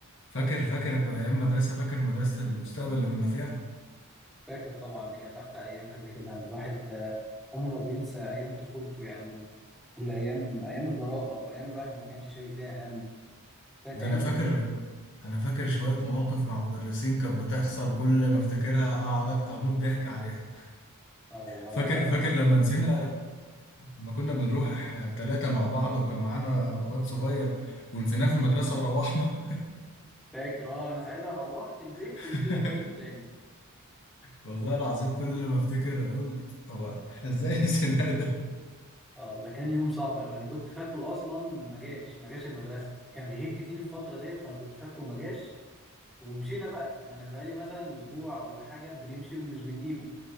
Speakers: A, on the left; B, in the centre.
A: فاكر فاكر ايام مدرسة فاكر مدرسة المستقبل اللي كنا فيها؟
B: فاكر طبعا دي كانت أحلى أيام كده كده الواحد آه، عمره بينسى أيام طفولته يعني دي الأيام أيام البراءة وأيام الواحد ما كانش شايل فيها هم كانت
A: ده
B: أيام
A: انا فاكر
B: جميلة
A: انا فاكر شوية مواقف مع مدرسين كانت بتحصل كل ما افتكرها اقعد أت- اموت ضحك عليها
B: اه والله
A: فاكر
B: فعلا
A: فاكر لما نسينا لما كنا بنروح ثلاثة مع بعض وكان معانا واد صغير ونسيناه في المدرسة وروحنا
B: فاكر اه أنا ساعتها روحت البيت
A: <laughs>
B: ونزلت جبته تاني
A: والله العظيم كل ما افتكر اقول هو احنا ازاي <laughs> نسيناه ده
B: اه ده كان يوم صعب قوي انا كنت فاكره اصلا ما جاش ما جاش المدرسه كان بيغيب كتير الفتره ديت فانا كنت فاكره ما جاش ومشينا بقى ما انا بقالي مثلا اسبوع ولا حاجه بنمشي ومش بنجيبه